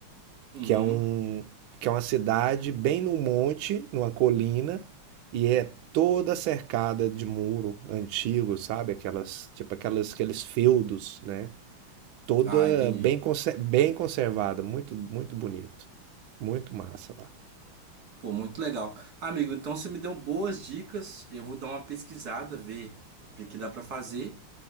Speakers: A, on the right (about 45°); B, on the right (about 75°).
A: Uhum.
B: que é um que é uma cidade bem no monte, numa colina e é toda cercada de muro antigo, sabe? Aquelas tipo aquelas aqueles feudos, né? Toda
A: Ah, entendi.
B: bem conser- bem conservada, muito muito bonito, muito massa lá.
A: Pô, muito legal. Amigo, então você me deu boas dicas. Eu vou dar uma pesquisada, ver o que que dá pra fazer.